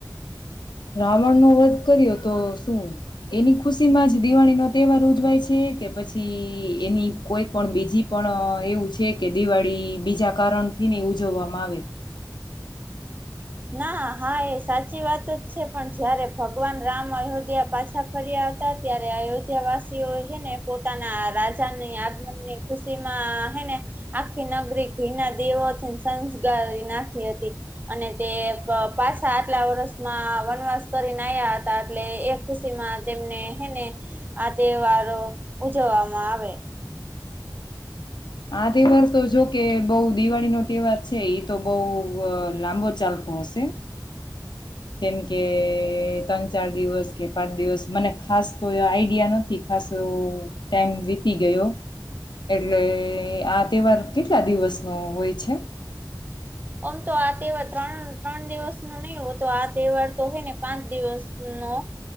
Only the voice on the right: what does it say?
ના હા એ સાચી વાત જ છે પણ જયારે ભગવાન રામ અયોધ્યા પાછા ફર્યા હતા ત્યારે અયોધ્યા વાસીઓ હને પોતાના રાજાની આગમનની ખુશીમાં હને આખી નગરી ઘીના દેવોથી સંજગારી નાખી હતી અને. તે પાછા આટલા વર્ષમાં વનવાસ કરીને આવ્યા હતા એટલે એ ખુશી માં તેમને હેને આ તહેવારો ઉજવવામાં આવે.
આમ તો આ તહેવાર ત્રણ ત્રણ દિવસ ન નહીિ હો તો આ તહેવાર તો હોય ને પાંચ દિવસ નો